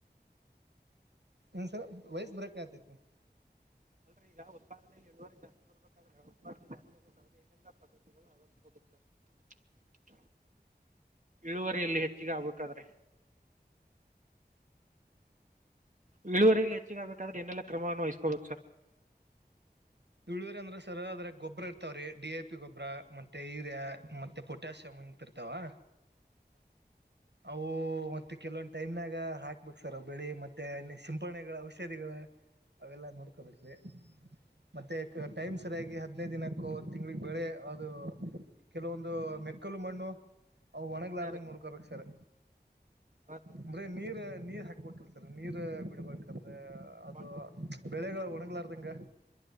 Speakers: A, on the right (about 80°); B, on the right (about 45°).
A: ಏನ್ ಸರ್ ವೈಸ್ ಬ್ರೇಕ್ ಆತೈತಿ ನೋಡ್.
B: ಅಲ್ರೀ ಈಗ ಉತ್ಪಾದನೆಯಲ್ಲಿ ಇಳುವರಿ ಜಾಸ್ತಿ ಬರ್ಬೇಕ. ಈಗ ಉತ್ಪಾದನೆ ಜಾಸ್ತಿ ಆದ್ರೆ ಏನೆಲ್ಲ ಪದ್ಧತಿಗಳು ಅಳವಡಿಸಕೋ ಬೇಕ್ ಸರ್ <unintelligible> ಇಳುವರಿಯಲ್ಲಿ ಹೆಚ್ಚಿಗೆ ಆಗ್ಬೇಕಾದ್ರೆ. ಇಳುವರಿಲಿ ಹೆಚ್ಚಿಗೆಆಗಬೇಕಾದ್ರೆ ಎನೆೆಲ್ಲ ಕ್ರಮವನ್ನು ವಹಿಸಕೋಳಬೇಕು ಸರ್
A: ಇಳುವರಿ ಅಂದ್ರೆ ಸರ್ ಅದ್ರ ಗೊಬ್ಬ್ರ ಇರ್ತವ್ರೀ ಡಿ ಎ ಪಿ ಗೊಬ್ಬ್ರ ಮತ್ತೆ ಇರ್ಯ ಮತ್ತೆ ಪೋಟ್ಯಾಸಿಯಮ್ ಅಂತ ಇರ ತವಾ
B: <inaudible>
A: ಅವು ಮತ್ತ ಕೆಲವೊಂದ್ ಟೈಮ್ನಾಗ ಹಾಕಬೇಕ ಸರ್ ಅವು ಬೆಳಿ ಮತ್ತೆ ಸಿಂಪಣಿಗಳ ಔಷಧಿಗಳ.
B: <inaudible>
A: ಅವೆಲ್ಲ ನೋಡ್ಕೋಬೇಕ್ರೀ. ಮತ್ತು
B: ಓಕೆ ಓಕೆ
A: ಟೈಮ್ ಸರಿಯಾಗಿ ಹದನೈದ ದಿನಕ್ಕೂ ತಿಂಗಳಿಗೆ ಬೇಳೆ ಅದು. ಕೆಲವೊಂದು ಮೆಕ್ಕಲು ಮಣ್ಣು. ಅವು ಒಣಗ್ಲಾರದಂಗ
B: ಹಾಂ ರೀ
A: ನೋಡ್ಕೋಬೇಕ ಸರ್.
B: ಹಾಂ ಸರ್
A: ಅಂದ್ರೆ ನೀರ್ ನೀರ್ ಹಾಕ್ಬೇಕ್ ಅಲ್ಲ ಸರ್ ನೀರ್ ಬಿಡ್ಬೇಕ. ಯಾಕಂದ್ರ ಅದು
B: ಭಾಳ
A: ಬೆಳೆಗಳು ಒಣಗ್ಲಾರ್ದಂಗ.